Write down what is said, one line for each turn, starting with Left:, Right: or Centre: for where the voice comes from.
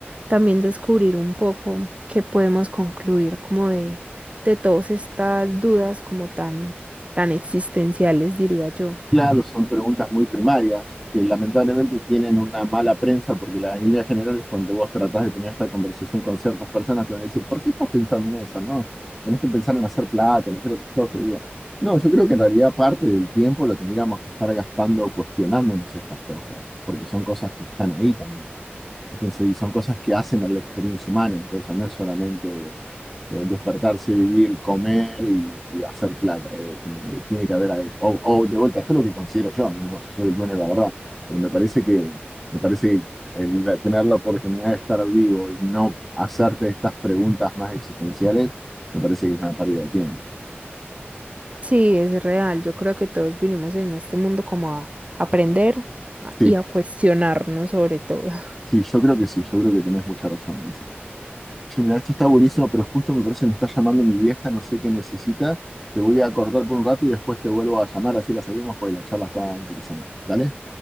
Right: también descubrir un poco qué podemos concluir como de, de todas estas dudas como tan, tan existenciales, diría yo.
Centre: Claro, son preguntas muy primarias que lamentablemente tienen una mala prensa porque la, en líneas generales cuando vos tratás de tener esta conversación con ciertas personas te van a decir, ¿por qué estás pensando en eso? No, tenés que pensar en hacer plata, en hacer otras cosas. Y digo, no, yo creo que en realidad parte del tiempo lo tendríamos que estar gastando cuestionándonos estas cosas, porque son cosas que están ahí también. Entonces, y son cosas que hacen a la experiencia humana. Entonces, no es solamente eh, despertarse, vivir, comer y, y hacer plata. eh, como que tiene que haber algo. O, o, de vuelta, esto es lo que considero yo. No, no soy el dueño de la verdad. Pero me parece que, me parece que el tener la oportunidad de estar vivo y no hacerte estas preguntas más existenciales, me parece que es una pérdida de tiempo.
Right: Sí, es real, yo creo que todos vinimos en este mundo como a aprender a-
Centre: Sí,
Right: y a cuestionarnos sobre todo. <laughs>
Centre: sí, yo creo que sí. Yo creo que tenés mucha razón en eso. Che, mirá, esto está buenísimo, pero justo me parece que me está llamando mi vieja, no sé qué necesita. Te voy a cortar por un rato y después te vuelvo a llamar, así la seguimos, porque la charla está interesante. ¿Dale?